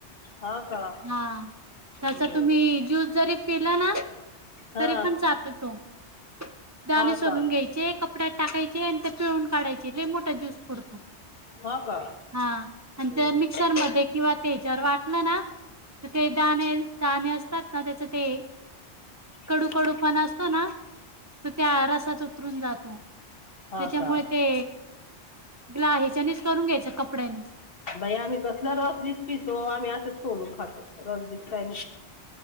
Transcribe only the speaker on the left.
हा का
हम्म
हा
हा
का
हा का
हम्म
त
हा
का
बाई आम्ही कसला रस बिस पितो आम्ही अस. सोलून खातो रस बीस काय